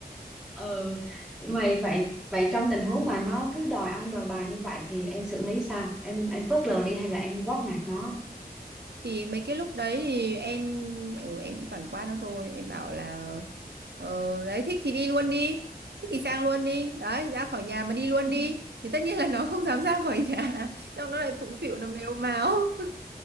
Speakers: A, in the centre; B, on the right (about 80°).
A: ừ mày vậy vậy trong tình huống mà nó cứ đòi ông đòi bà như vậy thì em xử lý sao em em phớt lờ đi hay là em quát nạt nó
B: thì mấy cái lúc đấy thì em ừ, em cũng toàn qua nó thôi em bảo là ờ, đấy thích thì đi luôn đi thích thì sang luôn đi đấy ra khỏi nhà mà đi luôn
A: <laughs>
B: đi thì tất nhiên là nó không dám ra khỏi nhà <laughs> xong nó lại phụng phịu nó mếu máo <laughs>